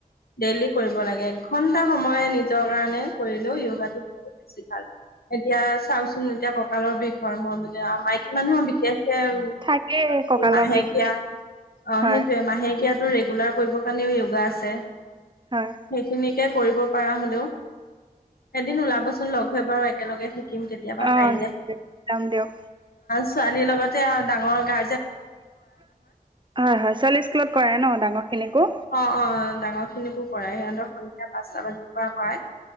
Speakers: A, on the left; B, on the right.
A: ডেইলি কৰিব লাগে এঘন্টা সময় নিজৰ কাৰণে কৰিলেও য়োগাটো বহুত বেছি ভাল এতিয়া চাওচোন এতিয়া কঁকালৰ বিষ হয় মই বো মাইকী মানুহৰ বিশেষ
B: থাকেই
A: মানে
B: কঁকালৰ
A: কি মাহেকীয়া
B: বিষ নাই।
A: অ
B: হয়
A: সেইটোয়ে মাহেকীয়া টো ৰেগুলাৰ কৰিবৰ কাৰণেও য়োগা আছে
B: হয়
A: সেইখিনি কৰিব পৰা হ'লেও এদিন ওলাব ৰচোন লঘো এবাৰ একেলগে আহিম থাকিম কেতিয়াবা
B: অ
A: পাৰিলে
B: যাম দিয়ক
A: ছোৱালীৰ লগতে ডাঙৰ গা
B: হয় হয় ছোৱালী স্কুলত কৰাই ন ডাঙৰ খিনিকো
A: অ অ ডাঙৰ খিনিকো কৰায় সিহঁতক সন্ধিয়া পাঁচটা বাজিৰ পৰা কৰাই